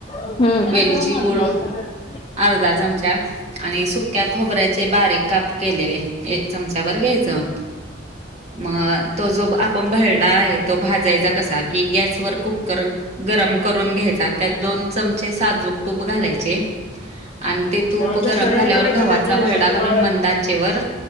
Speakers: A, on the left; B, on the right.
A: हम्म
B: वेलची पूड
A: हम्म.
B: आर्धा चमचा आणि सुक त्या खोबऱ्याचे बारीक काप केलेले. एक चमचा भर घ्यायचं. म.. अ तो जो आपण भरडा आहे तो भाजायचा कसा, की गॅसवर कुकर गरम करून घ्यायचा. त्यात दोन चमचे साजूक तूप घालायचे. आणि ते तूप
A: हे औषध
B: गरम
A: सगळ्यांकडे
B: झाल्यावर
A: आहे
B: गव्हाचा
A: का त्यांच्या यांच्याकडे
B: भरडा घालून
A: बाळ आहे
B: मंद आचेवर